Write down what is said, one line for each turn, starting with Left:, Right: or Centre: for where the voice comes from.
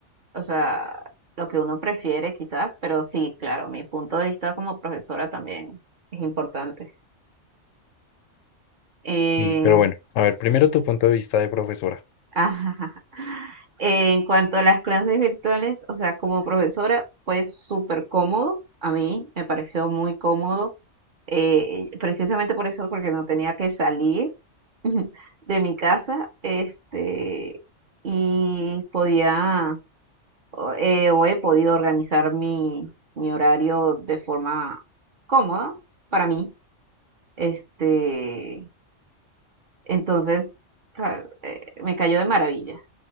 Right: O sea, lo que uno prefiere quizás, pero sí, claro, mi punto de vista como profesora también es importante. Eh,
Left: Y, pero bueno, a ver, primero tu punto de vista de profesora.
Right: <laughs> ajá. En cuanto a las clases virtuales, o sea, como profesora fue súper cómodo. A mí me pareció muy cómodo eh, precisamente por eso, porque no tenía que salir <laughs> de mi casa, este, y podía, o eh, o he podido organizar mi, mi horario de forma cómoda para mí, este, entonces, o sea, eh, me cayó de maravilla